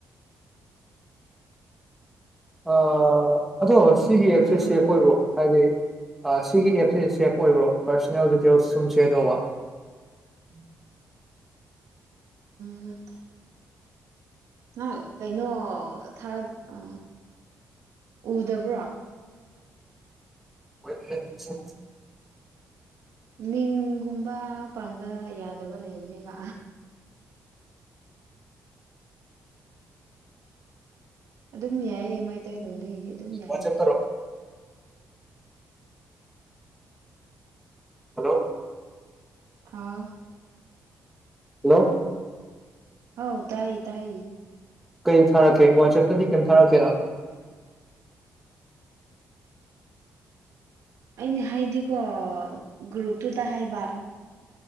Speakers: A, in the centre; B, on the right (about 80°).
A: ꯑ ꯑꯗꯣ ꯁꯤꯒꯤ ꯑꯦꯞꯁꯦ
B: ꯇꯥꯕ꯭ꯔꯣ
A: ꯁꯦꯛ ꯑꯣꯏꯕ꯭ꯔꯣ ꯍꯥꯏꯗꯤ ꯁꯤꯒꯤ ꯑꯦꯞꯁꯦ ꯁꯦꯞ ꯑꯣꯏꯕ꯭ꯔꯣ ꯄꯥꯔꯁꯣꯅꯦꯜ ꯗꯤꯇꯦꯜꯁ ꯁꯨꯝ ꯁꯦꯌꯔ ꯇꯧꯕ
B: ꯝ ꯎꯝ ꯑ ꯀꯩꯅꯣ ꯊꯔ ꯑ ꯎꯗꯕ꯭ꯔꯣ
A: ꯣꯏ ꯆ
B: ꯃꯤꯡꯒꯨꯝꯕ ꯄꯥꯟꯕ ꯌꯥꯗꯕ ꯂꯩꯕꯅꯦꯕ ꯑꯗꯨꯝ ꯌꯥꯏꯑ ꯃꯩꯇꯩꯂꯣꯟꯜꯗꯒꯤꯗꯤ ꯑꯗꯨꯝ ꯌꯥꯏꯑ
A: ꯋꯥꯆꯦꯞꯇꯔꯣ ꯍꯜꯂꯣ
B: ꯑꯥ
A: ꯍꯜꯂꯣ
B: ꯍꯧ ꯇꯥꯏ ꯇꯥꯏ
A: ꯀꯩ ꯊꯥꯔꯛꯀꯦ ꯋꯥꯆꯦꯞꯇꯗꯤ ꯀꯩꯝ ꯊꯥꯔꯛꯀꯦꯗ
B: ꯑꯩꯅ ꯍꯥꯏꯗꯤꯀꯣ ꯒ꯭ꯔꯨꯞꯇꯨꯗ ꯍꯥꯏꯕ